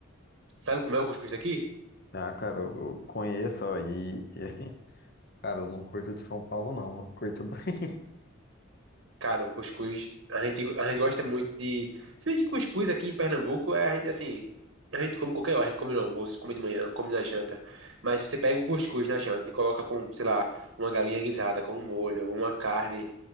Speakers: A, on the right; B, on the left.
A: Sabe como é o cuscuz daqui?
B: Ah, cara, eu conheço aí. <laughs> Cara, eu não curto de São Paulo, não. Eu curto daí. <laughs>
A: Cara, o cuscuz, a gente, a gente gosta muito de. Se bem que cuscuz aqui em Pernambuco é, a gente, assim, a gente come qualquer hora, a gente come no almoço, come de manhã, come na janta. Mas se você pega o cuscuz na janta e coloca com, sei lá, uma galinha guisada com um molho, uma carne